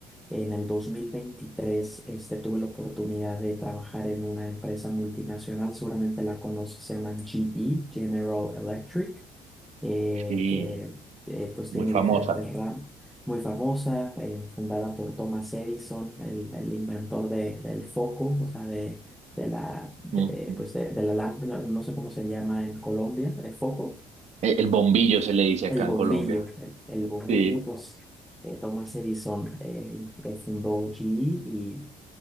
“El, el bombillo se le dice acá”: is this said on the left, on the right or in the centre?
Right